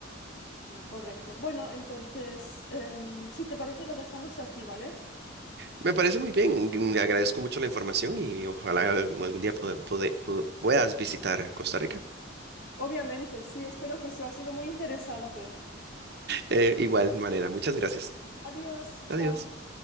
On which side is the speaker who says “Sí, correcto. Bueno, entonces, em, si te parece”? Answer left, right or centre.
Left